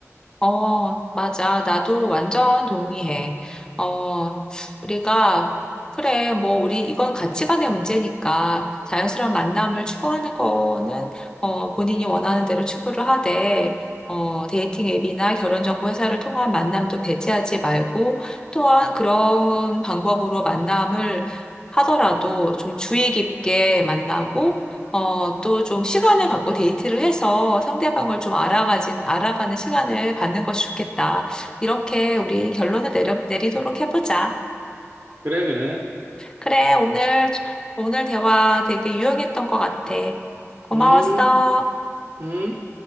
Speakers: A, on the left (about 15°); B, on the right (about 45°).
A: 어, 맞아. 나도 완전 동의해. 어, 우리가, 그래, 뭐, 우리, 이건 가치관의 문제니까 자연스러운 만남을 추구하는 거는, 어, 본인이 원하는 대로 추구를 하되, 어, 데이팅 앱이나 결혼정보회사를 통한 만남도 배제하지 말고, 또한 그런 방법으로 만남을 하더라도 좀 주의 깊게 만나고, 어, 또 좀 시간을 갖고 데이트를 해서 상대방을 좀 알아가진, 알아가는 시간을 갖는 것이 좋겠다. 이렇게 우리 결론을 내려, 내리도록 해보자.
B: 그래, 그래.
A: 그래, 오늘, 오늘 대화 되게 유용했던 것 같아. 고마웠어.
B: 음, 음.